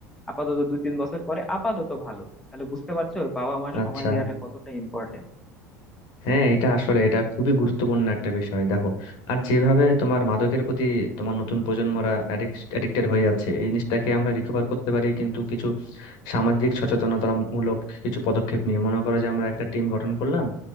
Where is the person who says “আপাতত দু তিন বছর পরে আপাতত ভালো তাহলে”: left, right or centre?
Centre